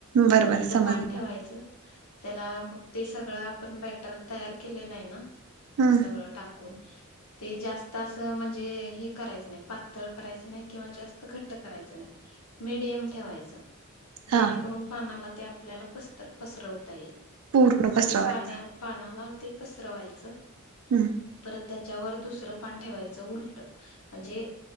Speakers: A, on the right (about 75°); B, on the left (about 75°).
A: बर
B: उलट
A: बर समजलं
B: पान ठेवायचं. त्याला मग ते सगळं आपण बॅटर तयार केलेलं आहे ना.
A: हम्
B: सगळं टाकून ते जास्त तसं म्हणजे हे करायचं नाही पातळ करायचं नाही किंवा जास्त घट करायच नाही मिडयम ठेवायच जेणेकरून
A: हा
B: पानाला ते आपल्याला पस्तर. पसरवता येईल
A: पूर्ण
B: मग
A: पसरवायचा
B: ते पाण्या पानाला ते पसरवायचं.
A: हम्म.
B: परत त्याच्यावर दुसरं पान ठेवायचं उलट म्हणजे.